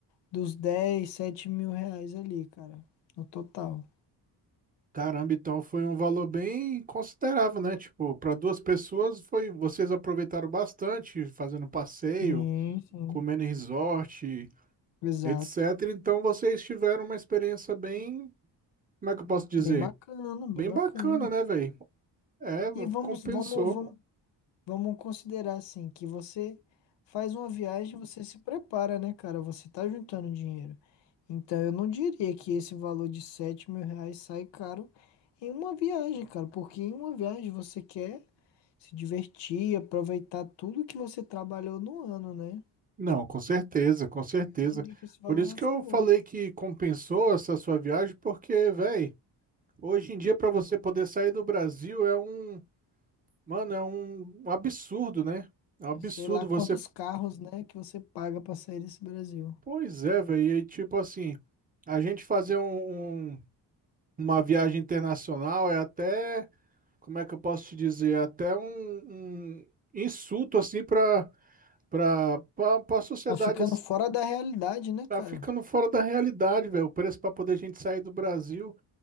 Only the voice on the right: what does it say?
Caramba, então foi um valor bem considerável, né? Tipo, para duas pessoas foi, vocês aproveitaram bastante fazendo passeio.
comendo em resort,
etc. Então vocês tiveram uma experiência bem, como é que eu posso dizer?
Bem
bacana, né, velho? É,
compensou.
Não, com certeza, com certeza.
Por isso que
eu
falei que compensou essa sua viagem, porque, velho, hoje em dia para você poder sair do Brasil é um, mano, é um absurdo, né? É um absurdo
você.
Pois é, velho. E tipo assim, a gente fazer um, um- uma viagem internacional é até como é que eu posso te dizer? Até um, um insulto assim para para para a sociedade
assim,
tá
ficando fora da realidade, velho. O preço para poder a gente sair do Brasil.